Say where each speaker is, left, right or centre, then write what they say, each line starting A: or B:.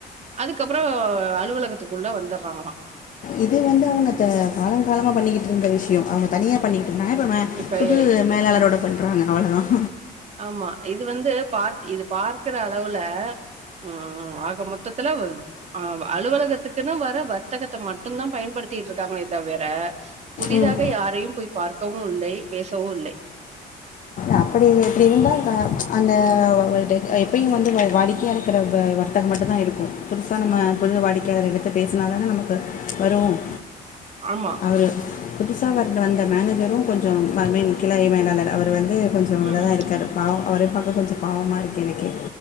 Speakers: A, on the right; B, on the left.
A: அதுக்கப்புறம் அலுவலகத்துக்குள்ள வந்துடுறாங்களாம்
B: இது வந்து அவுங்க த காலங்காலமா பண்ணிக்கிட்டு இருந்த விஷயோம் அவங்க தனியா பண்ணி மாபுமா
A: இப்ப
B: புது
A: இ
B: மேலாளரோட பண்றாங்க அவ்ளோதான்
A: ஆமா இது வந்து பாத் இது பார்க்குற அளவுல ம் ஆக மொத்தத்துல வ ஆ அலுவலகத்துக்குன்னு வர வர்த்தகத்தை மட்டுந்தான் பயன்படுத்திகிட்டு இருக்காங்களே தவிர புதிதாக
B: ம்
A: யாரையும் போய் பார்க்கவும் இல்லை பேசவும் இல்லை
B: அப்டி எப்டி இருந்தா தா அந்த வவள்ட்ட எப்பயும் வந்து வா வாடிக்கையா இருக்கிறவங்க வந் தது மட்டும் தான் இருக்கும் புதுசா நம்ம புது வாடிக்கையாளர்களுக்கு பேசுனா தானே நமக்கு பரும்
A: ஆமா
B: அவர் புதுசாவார்ட வந்த மேனேஜரும் கொஞ்சோ அ மென் கிளை மேலாளர் அவர் வந்து கொஞ்சம் இத
A: ம்
B: தான் இருக்கார் பாவம் அவரையும் பார்க்க கொஞ்சம் பாவமா இருக்கு எனக்கே